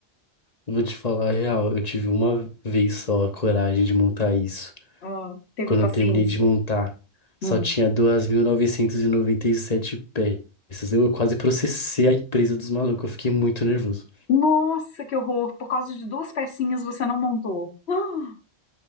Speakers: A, on the left (about 40°); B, on the left (about 75°).
A: Eu Vou te falar a real, eu tive uma vez só a coragem de montar isso.
B: Ah, teve
A: Quando
B: paciência?
A: eu terminei de montar,
B: Hum.
A: só tinha duas mil e e noventa e sete peças. Eu quase processei a empresa dos malucos, eu fiquei muito nervoso.
B: Nossa, que horror! Por causa de duas pecinhas você não montou. <gasps> Ah,